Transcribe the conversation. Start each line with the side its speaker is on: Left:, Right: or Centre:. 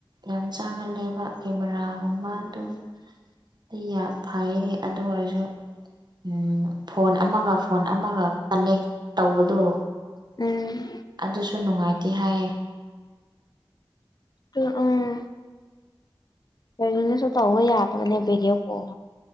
Right: ꯌꯥꯝ ꯆꯥꯒꯜꯂꯦꯕ ꯀꯦꯃꯦꯔꯥꯒꯨꯝꯕ ꯑꯗꯨꯝ ꯑꯩ ꯌꯥ ꯐꯩꯌꯦ ꯑꯗꯨ ꯑꯣꯏꯔꯁꯨ ꯎꯝ ꯐꯣꯟ ꯑꯃꯒ ꯐꯣꯟ ꯑꯃꯒ ꯀꯅꯦꯛ ꯇꯧꯕꯗꯨ
Left: ꯎꯝ
Right: ꯑꯗꯨꯁꯨ ꯅꯨꯡꯉꯥꯏꯇꯦ ꯍꯥꯏꯌꯦ
Left: ꯑꯗꯨ ꯎꯝ ꯀꯔꯤꯅꯁꯨ ꯇꯧꯕ ꯌꯥꯗꯕꯅꯦ ꯚꯤꯗꯤꯑꯣ ꯀꯣꯜ